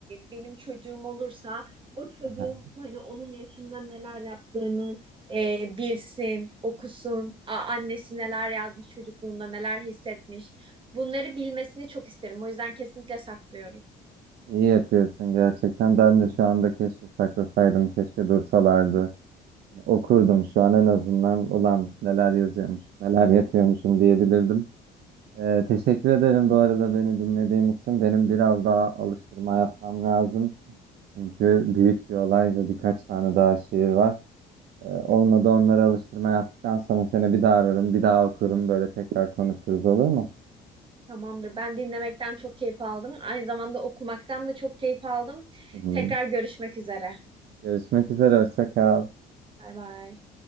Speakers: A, on the right; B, on the right.
A: benim çocuğum olursa o çocuğun
B: <laughs>
A: hani onun yaşında neler yaptığını e, bilsin, okusun, A- annesi neler yazmış çocukluğunda, neler hissetmiş. Bunları bilmesini çok isterim. O yüzden kesinlikle saklıyorum.
B: İyi yapıyorsun gerçekten. Ben de şu anda keşke saklasaydım, keşke dursalardı. Okurdum şu an en azından. Ulan neler yazıyormuş, neler yapıyormuşum diyebilirdim. Ee, teşekkür ederim bu arada beni dinlediğin için. Benim biraz daha alıştırma yapmam lazım. Çünkü büyük bir olay ve birkaç tane daha şiir var. Ee, olmadı onları alıştırma yaptıktan sonra seni bir daha ararım, bir daha okurum. Böyle tekrar konuşuruz olur mu?
A: Tamamdır. Ben dinlemekten çok keyif aldım. Aynı zamanda okumaktan da çok keyif aldım.
B: Hı hı.
A: Tekrar görüşmek üzere.
B: Görüşmek üzere, hoşça kal.
A: Bay bay.